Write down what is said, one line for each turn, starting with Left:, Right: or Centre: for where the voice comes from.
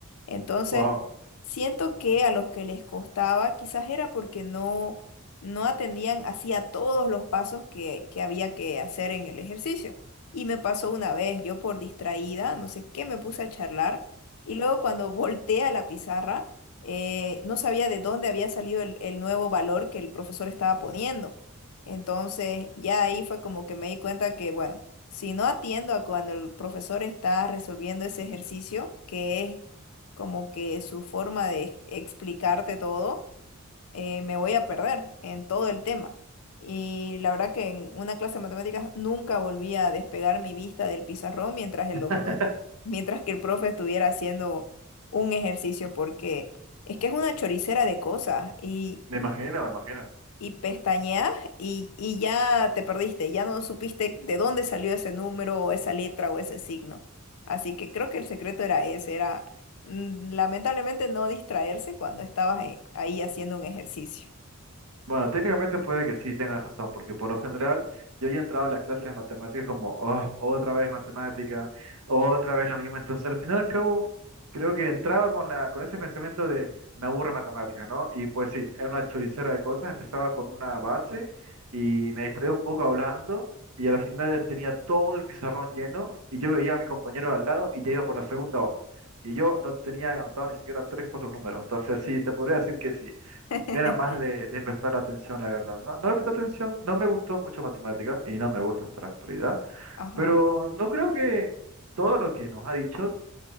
Left: Entonces,
Right: Wow.
Left: Siento que a los que les costaba quizás era porque no, no atendían así a todos los pasos que, que había que hacer en el ejercicio. Y me pasó una vez, yo por distraída, no sé qué, me puse a charlar y luego cuando <laughs> volteé a la pizarra, eh, no sabía de dónde había salido el, el nuevo valor que el profesor estaba poniendo. Entonces ya ahí fue como que me di cuenta que, bueno, si no atiendo a cuando el profesor está resolviendo ese ejercicio, que es como que su forma de explicarte todo, eh, me voy a perder en todo el tema. Y la verdad que en una clase de matemáticas nunca volví a despegar mi vista del pizarrón mientras el
Right: <laughs>
Left: doctor, mientras que el profe estuviera haciendo un ejercicio, porque es que es una choricera de cosas y
Right: Me imagino, me imagino.
Left: y pestañeas y, y ya te perdiste, ya no supiste de dónde salió ese número o esa letra o ese signo. Así que creo que el secreto era ese, era mm, lamentablemente no distraerse cuando estabas eh, ahí haciendo un ejercicio.
Right: Bueno, técnicamente puede que sí tengas razón, porque por lo general yo ya entraba a las clases de matemáticas como, "Ah, otra vez matemática, otra vez lo mismo. Entonces, al final y al cabo, creo que entraba con la, con ese pensamiento de me aburre matemáticas, ¿no? Y pues sí, era una choricera de cosas, empezaba con una base y me distraía un poco hablando y al final tenía todo el pizarrón lleno y yo veía a mi compañero de al lado y ya iba por la segunda hoja. Y yo no tenía anotado ni siquiera tres, cuatro números. Entonces, sí, te podría decir que sí.
Left: <laughs>
Right: Era más de, de prestar atención, la verdad. No, no le presté atención, no me gustó mucho matemática y no me gusta hasta la actualidad,
Left: Ajá.
Right: pero no creo que todo lo que nos ha dicho